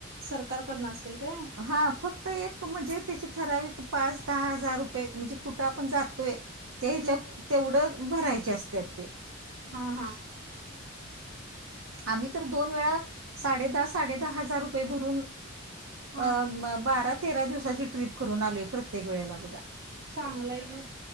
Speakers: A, on the right (about 50°); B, on the right (about 75°).
A: सरकारकडनं असतय काय
B: हा फक्त एक म्हणजे त्याची ठराविक पाच दहा हजार रुपये, म्हणजे कुठं आपण जातोय, त्या हच्याव
A: हम्म
B: तेवढं, भरायचे असत्यात ते.
A: हा हा.
B: आम्ही तर दोन वेळा, साडे दहा साडे दहा हजार रुपये भरून
A: हा
B: अ म बारा तेरा दिवसाची ट्रिप करून आलोय प्रत्येक वेळेला बघा.
A: चांगलय की.